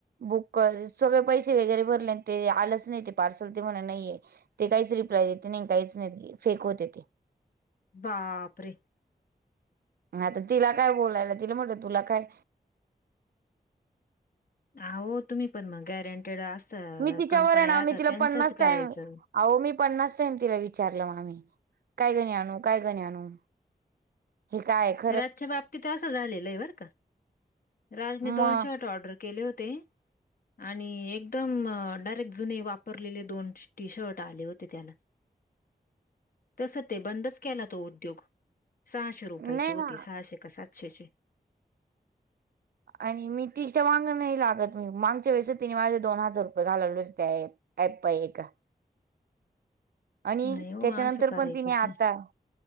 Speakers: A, on the right; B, on the left.
A: बुक कर सगळे पैसे वगैरे भरले ते आलंच नाही ते पार्सल ते म्हणा नाहीये. ते काहीच रिप्लाय देते नाही काहीच नाही फेक होते ते
B: बापरे
A: ह तर तिला काय बोलायला तिला म्हणत तुला काय
B: हो तुम्ही पण मग गॅरंटेड अस
A: मी तिच्यावर
B: कंपन्याला
A: आहे ना
B: आता
A: मी तिला
B: त्यांचंच
A: पन्नास
B: करायचं.
A: टाइम अहो मी पन्नास टाईम तिला विचारलं म आम्ही काय घणी आणू काय गणी आणू ह काय एक
B: राजच्या बाबतीत असं झालेलं आहे बर का, राजने
A: मग
B: दोन शर्ट ऑर्डर केले होते. आणि एकदम डायरेक्ट जुने वापरलेले दोन टी शर्ट आले होते त्याला तस ते बंदच केला तो उद्योग सहाश पाहिजे
A: नाही ना
B: होते सहाशे कि सातसे चे
A: आणि मी तिच्या वांग नाही लागत मी मांगच्या वेळेस तिने माझे दोन हजार रुपये घालवले हो त्या ऍप पाई एका आणि
B: नाही हो
A: त्याच्यानंतर
B: असं करायचंच
A: पण तिने आता
B: नाही.